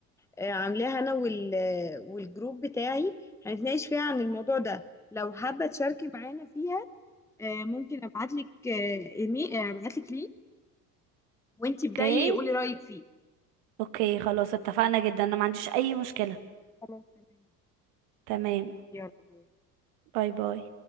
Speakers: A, in the centre; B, on the right (about 55°).
A: آه، عاملاها انا وال آه، والجروب بتاعي هنتناقش فيها عن الموضوع ده لو حابه تشاركي معانا فيها آه، ممكن ابعت لك ايميل ابعت لك لينك وانتي
B: اوكي
A: ابداي قولي رايك فيه
B: اوكي خلاص اتفقنا جدا أنا ما عنديش أي مشكلة
A: خلاص تمام
B: تمام
A: يلا باي
B: باي باي